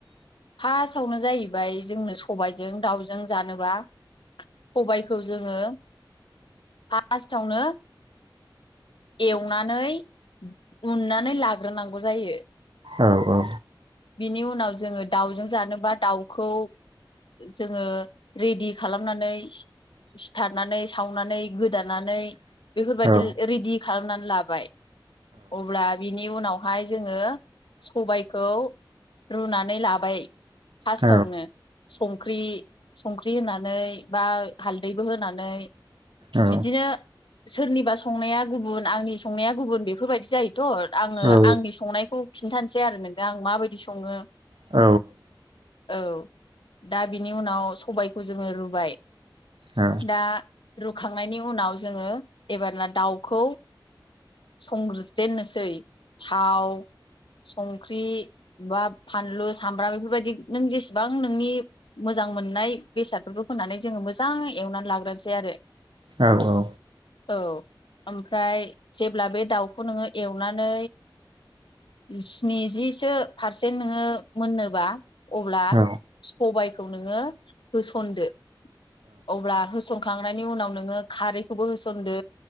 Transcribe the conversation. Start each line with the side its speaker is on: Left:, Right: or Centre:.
Left: फार्स्टआवनो जाहैबाय जोंनो सबायजों दाउजों जानोबा सबायखौ जोङो फार्स्टआवनो एवनानै उननानै लाग्रोनांगौ जायो।
Right: औ औ।
Left: बिनि उनाव जोङो दाउजों जानोबा दाउखौ जोङो रेडि खालामनानै सिथारनानै सावनानै गोदानानै बेफोरबायदिल
Right: औ
Left: ए रेडि खालामनानै लाबाय। अब्ला बिनि उनावहाय जोङो सबायखौ रुनानै लाबाय फास्टावनो।
Right: औ
Left: संख्रि संख्रि होनानै बा हालदैबो होनानै
Right: औ
Left: बिदिनो सोरनिबा संनाया गुबुन आंनि संनाया गुबुन बेफोरबायदि जायोथ' आङो
Right: औ
Left: आंनि संनायखौ खिन्थानोसै आरो नोंथां आं माबायदि सङो।
Right: औ
Left: औ दा बिनि उनाव सबायखौ जोङो रुबाय
Right: औ
Left: दा रुखांनायनि उनाव जोङो एबार ना दाउखौ संजेननोसै थाव संख्रि बा फानलु सामब्राम बेफोरबायदि नों जेसेबां नोंनि मोजां मोजां मोननाय बेसादफोरखौ फानै जोङो मोजां एवनानै लाग्रोसै आरो।
Right: औ औ
Left: औ ओमफ्राय जेब्ला बे दाउखौ नोङो एवनानै बिसिनि जिसो पारसेन्ट नोङो मोननोबा अब्ला
Right: औ
Left: सबायखौ नोङो होसनदो। अब्ला होसनखांनायनि उनाव नोङो खारैखौबो होसनदो